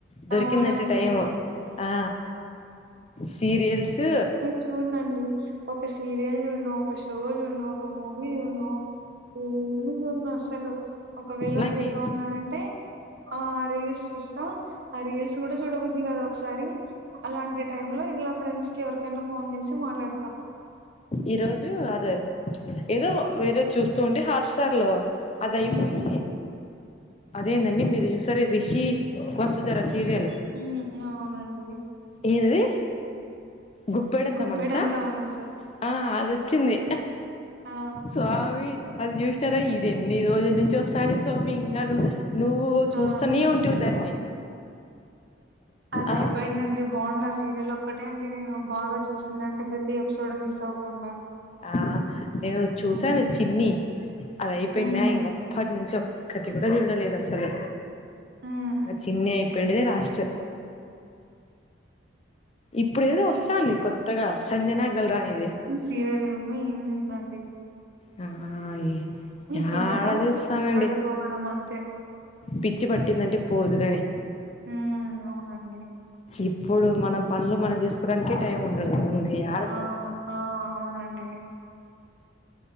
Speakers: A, on the left; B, on the right.
A: దొరికిందంటే
B: అవునండి.
A: టైము ఆ సీరియల్స్
B: చూడ్నండి ఒక సీరియల్ చూడను, ఒక షో చూడ్ను, ఒక మూవీ చూడ్ను ఏమి చూడ్నసలు ఒకవేళ
A: నాకి
B: ఫ్రీగా ఉన్నానంటే ఆ రీల్స్ చూస్తా ఆ రీల్స్ కూడాచూడబుద్ధి కాదు ఒక్సారి అలాంటి టైమ్ లో ఇలా ఫ్రెండ్స్ కి ఎవరికైనా ఫోన్ చేసి మాట్లాడతా
A: ఈ రోజు అదే ఏదో వేరే చూస్తూ ఉండి హాట్స్టార్ లో అదయిపోయి
B: హ్మ్.
A: అదేందండి మీరు జూస్తరుగ రిషి వసుధర సీరియల్
B: ఉమ్ అవునండి
A: ఏందది గుప్పేడంత
B: గుప్పెడంతా
A: మనసా
B: మనసు
A: ఆ అదోచ్చింది
B: ఆ!
A: స్వామి అది చూసిననా ఇది ఎన్ని రోజుల నుంచి వస్తాంది స్వామి ఇంగా నువ్ నువ్వు
B: ఆ!
A: చూస్తనే ఉంట టు దాన్ని
B: అదయిపోయిందండి
A: ఆ
B: బావుందా సీరియల్ ఒక్కటే అండి నేను బాగ చూసింది అంటే ప్రతి ఎపిసోడ్ మిస్ అవ్వకుండా
A: ఆ నేను చూసాను
B: హ్మ్.
A: చిన్ని అదయిపోయిందా
B: హ్మ్.
A: ఇంగప్ ప్పటి నుంచి ఒక్కటి కూడ చూడలేదు అసలు
B: హ్మ్.
A: ఆ చిన్ని అయిపోయిండిదే లాస్ట్ ఇప్పుడు ఏదో వస్తంది కొత్తగా సంజన గల్రానిది
B: కీరెలున్నా ఏం తినండి
A: హాయ్ యాడ
B: తినడం,
A: చూస్తానండి
B: పడుకోవడం అంతే.
A: పిచ్చి పట్టిందంటే పోదుగాని
B: ఆ అవునండి
A: ఇప్పుడు మన పనులు మనం చేసుకోడానికే టైం ఉండదు ఇంగ యా
B: ఆ ఆ అవునండి